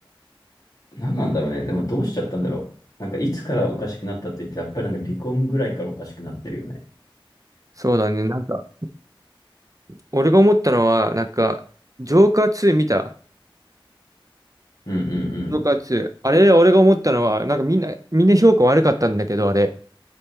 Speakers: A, on the left (about 40°); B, on the right (about 40°).
A: 何なんだろうね。でもどうしちゃったんだろう。なんかいつからおかしくなったって言って、やっぱりなんか離婚ぐらいからおかしくなってるよね。
B: そうだね。なんか、俺が思ったのは、なんか、ジョーカー2見た
A: うんうん
B: ジョーカー2。あれ、俺が思ったのは、なんかみんな、みんな評価悪かったんだけど、あれ。